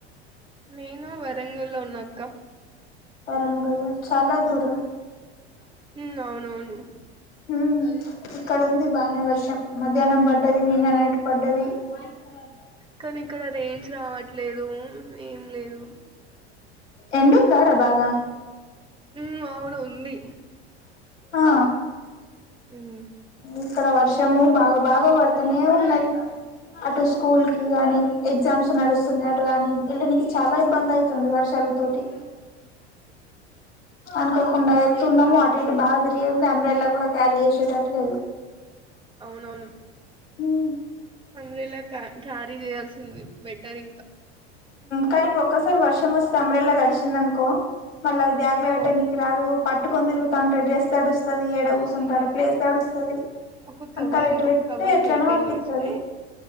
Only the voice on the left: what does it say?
వరంగల్ లోచాలా దూరం
మ్ ఇక్కడ ఉంది బానే వర్షం మధ్యాహ్నం పడ్డది నిన్న నైట్ పడ్డది మ కా
ఎండుందా ర భాగా
ఆ
ఇక్కడ వర్షము బాగా బాగా పడుతనే ఉన్నది అటు స్కూల్ కి కానీ ఎగ్జామ్స్ నడుస్తున్నాయి అటు కానీ ఎళ్ళనికి చాలా ఇబ్బంది అయి తుంది ఈ వర్షాల తోటి అనుకోకుండా ఎళ్తున్నాము అటు ఇటు బాగా తిరిగింది అంబ్రెల్లా కూడా క్యారీ చేసేటట్లేదు
మ్
కాని ఇప్పుడు ఒక్కోసారి వర్షం వస్తే అంబ్రెల్లా తడిషిందిస్క్రఅనుకో మళ్ళ అది బ్యాగ్ లో
పెట్టనీకి రాదు పట్టుకని తిరుగుతా ఉంటే డ్రెస్ తడుస్తుంది ఎడ కూసుంటె ఆడ ప్లేస్ తడుస్తది
అంతా
వెట్టి వెట్టి
ఎట్లనో
అనిపిత్తది